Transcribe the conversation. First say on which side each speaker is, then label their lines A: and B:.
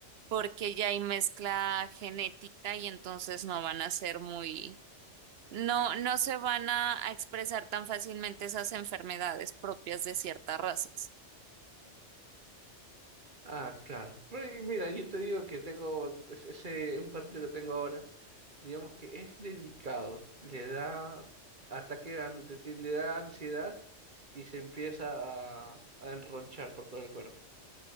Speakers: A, on the right; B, on the right.
A: porque ya hay mezcla genética y entonces no van a ser muy no, no se van a, a expresar tan fácilmente esas enfermedades propias de ciertas razas.
B: Ah, claro. Pero y mira, yo te digo que tengo es- ese, un perrito que tengo ahora, digamos que es delicado. Le da ataque, de an- de ti- le da ansiedad y se empieza a, a enronchar por todo el cuerpo.